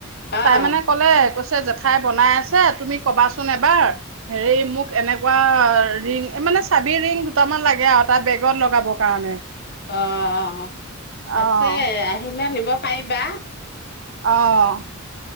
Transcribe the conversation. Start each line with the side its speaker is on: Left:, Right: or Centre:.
Left: অ',
Right: তাই মানে ক'লে জেঠাই বনাই আছে, তুমি কবাচোন এবাৰ হেৰি মোক এনেকুৱা ৰিং, মানে চাবি ৰিং। দুটামান লাগে আৰু তাৰ বেগত লগাবৰ কাৰণে।
Left: অ'। আছে
Right: অ'
Left: আহ আহিলে নিব পাৰিবা।
Right: অ'।